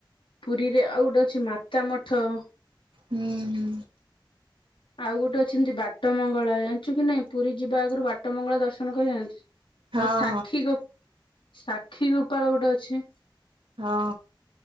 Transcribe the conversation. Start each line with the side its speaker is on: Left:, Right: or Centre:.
Left: ପୁରୀରେ ଆଉ ଗୋଟେ ଅଛି, ମାତା ମଠ
Right: ହୁଁ ହୁଁ।
Left: ଆଉ ଗୋଟେ ଅଛନ୍ତି, ବାଟ ମଙ୍ଗଳା, ଜାଣିଛୁ କି ନାଇଁ ପୁରୀ ଯିବା ଆଗରୁ ବାଟ ମଙ୍ଗଳା ଦର୍ଶନ କରି ଯାଆନ୍ତି।
Right: ହଁ
Left: ଆଉ ସାକ୍ଷୀ ଗୋ, ସାକ୍ଷୀ ଗୋପାଳ ଗୋଟେ ଅଛି।
Right: ହଁ।